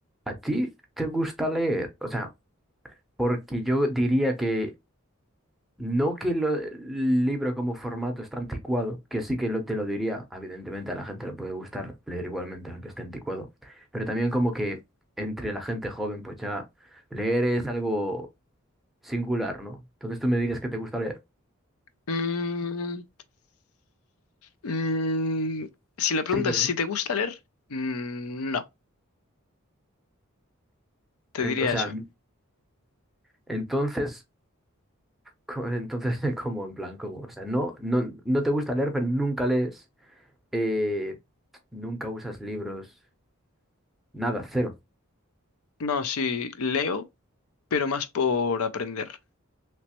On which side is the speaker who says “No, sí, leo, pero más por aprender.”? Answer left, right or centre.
Left